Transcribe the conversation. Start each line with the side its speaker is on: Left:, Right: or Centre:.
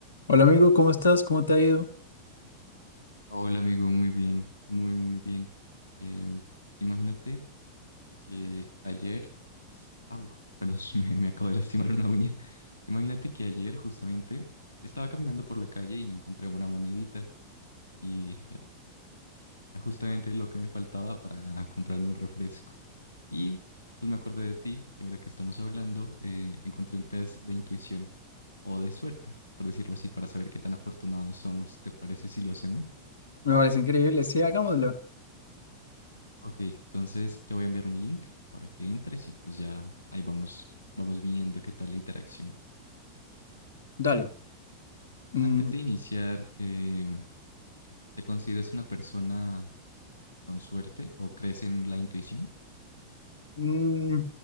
Left: Hola amigo, ¿cómo estás? ¿Cómo te ha ido?
Right: Hola amigo, muy bien, muy muy bien. Eh, imagínate que ayer, au, perdón, <laughs> me, me acabo de lastimar una uña. Imagínate que ayer justamente estaba caminando por la calle y me encontré una monedita y era justamente lo que me faltaba para comprarme un refresco. Y pues me acordé de ti y ahora que estamos hablando, eh, encontré un test de intuición o de suerte, por decirlo así, para saber qué tan afortunados somos. ¿Te parece si lo hacemos?
Left: Me parece increíble. Sí, hagámoslo.
Right: Ok, entonces te voy a enviar un link para que entres y pues ya ahí vamos, vamos viendo qué tal la interacción.
Left: Dale. Mm,
Right: Antes de iniciar, eh, ¿te consideras una persona con suerte o crees en la intuición?
Left: mm,